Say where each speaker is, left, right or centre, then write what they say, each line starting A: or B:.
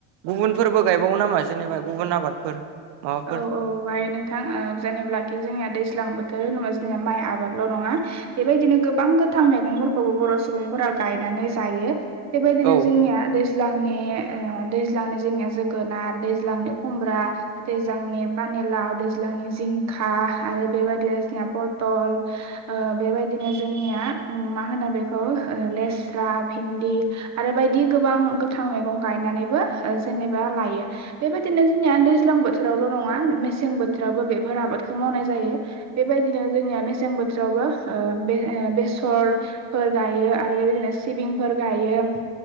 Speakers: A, on the right; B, on the right.
A: गुबुनफोरबो गायबावो नामा जेनेबा गुबुन आबादफोर? माबाफोर
B: औ औ गायो नोंथां ओ जेनेबब्लाखि जोंनिया दैज्लां बोथोर होनोबा जोंनिया माइ आबादल' नंङा बेबायदिनो गोबां गोथां मैगंफोरखौबो बर' सुबुंफोरा गायनानै जायो बेबायदिनो
A: औ
B: जोंनिया दैज्लांनि ओ दैज्लांनि जोंनिया जोगोनाद दैज्लांनि खुमब्रा दैज्लांनि पानिलाव दैज्लांनि जिंखा आरो बेबायदिनो जोंना बथल ओ बेबायदिनो जोंनिया उम मा होनो बेखौ ओ लेस्रा भिन्दि आरो बायदि गोबां गोथां मैगं गायनानैबो जेनेबा लायो बेबायदिनो जोंनिया दैज्लां बोथोरावल' नंङा मेसें बोथोरावबो बेफोर आबादखौ मावनाय जायो। बेबायदिनो जोंनिया मेसें बोथोरावबो ओ बे-बेसर फोर गायो आरो बेबायदिनो सिबिंफोर गायो